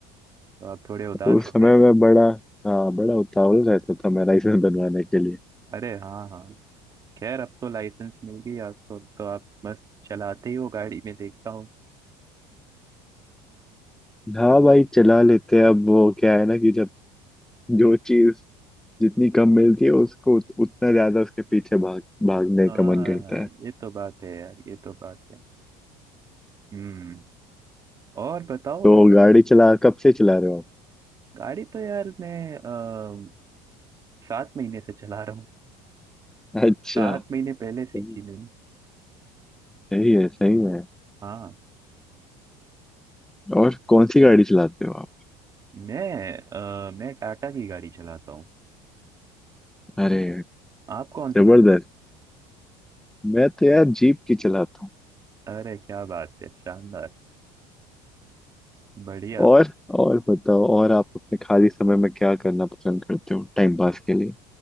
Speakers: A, on the right; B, in the centre.
A: तो आप थोड़े उदास
B: उस
A: हो
B: समय
A: गए थे
B: में बड़ा हाँ बड़ा उतावल रहता था मैं लाइसेंस बनवाने के लिए
A: अरे हाँ हाँ खैर अब तो लाइसेंस मिल गई आपको तो आप मस्त चलाते ही हो गाड़ी में देखता
B: हाँ भाई चला लेते हैं अब वो क्या है ना कि जब जो चीज जितनी कम मिलती है उसको उत, उतना ज्यादा उसके पीछे भाग भागने
A: हाँ
B: का मन करता
A: ये
B: है
A: तो बात है यार ये तो बात है हम्म और बताओ
B: तो
A: और
B: गाड़ी चला कब से चला रहे हो
A: गाड़ी तो यार मैं अ, सात महीने से चला रहा हूँ
B: आप अच्छा
A: सात महीने पहले सीखी
B: सही
A: मैंने
B: सही है सही है
A: हाँ
B: और कौन सी गाड़ी चलाते हो आप
A: मैं अ, मैं टाटा की गाड़ी चलाता हूँ
B: अरे
A: आप कौन सी
B: जबरदस्त
A: चला
B: मैं तो यार जीप की चलाता हूँ
A: अरे क्या बात है शानदार बढ़िया
B: और और बताओ और आप अपने खाली समय में क्या करना पसंद करते हो टाइम पास के लिए